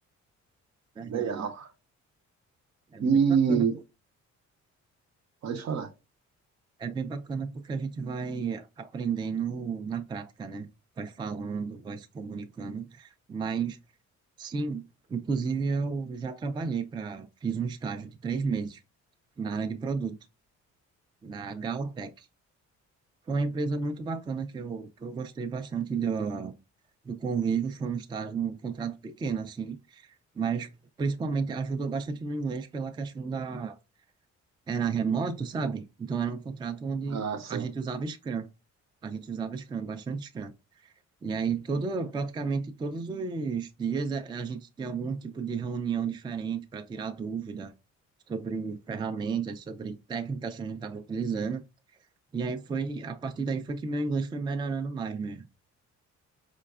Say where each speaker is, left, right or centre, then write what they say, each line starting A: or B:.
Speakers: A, on the right; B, on the right.
A: Verdade.
B: Legal.
A: É bem
B: E
A: bacana.
B: pode falar.
A: É bem bacana porque a gente vai aprendendo na prática, né? Vai falando, vai se comunicando. Mas, sim, inclusive eu já trabalhei para, fiz um estágio de três meses na área de produto, na Galtech. Foi uma empresa muito bacana que eu, que eu gostei bastante do, do convívio. Foi um estágio, um contrato pequeno, assim, mas principalmente ajudou bastante no inglês pela questão da era remoto, sabe? Então era um contrato onde
B: Ah, sim,
A: a gente usava Scrum. A gente usava Scrum, bastante Scrum. E aí toda, praticamente todos os dias a, a gente tinha algum tipo de reunião diferente para tirar dúvida sobre ferramentas, sobre técnicas que a gente estava utilizando. E aí foi, a partir daí foi que meu inglês foi melhorando mais mesmo.